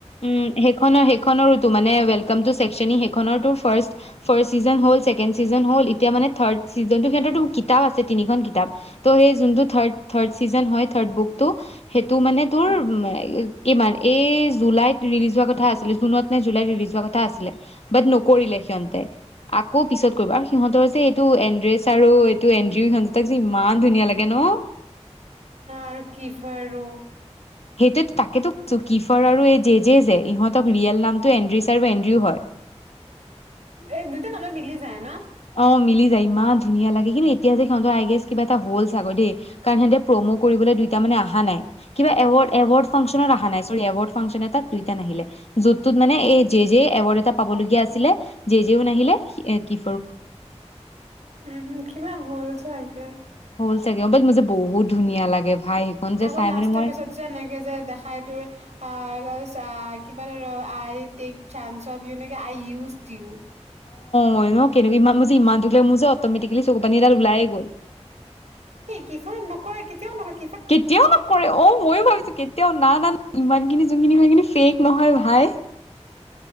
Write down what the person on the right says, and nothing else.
উম
আৰু কি হয় আৰু
এই দুইটা নামে মিলি যায় ন।
উম কিবা হ'ল। চব একে।
আকৌ
লাষ্টৰ
পিছত যে এনেকে যে দেখাই তোৰ অ' কিবাৰ I take chance of you নেকি আই ইউজ ইউ।
<unintelligible>
কেতিয়াও নহয়।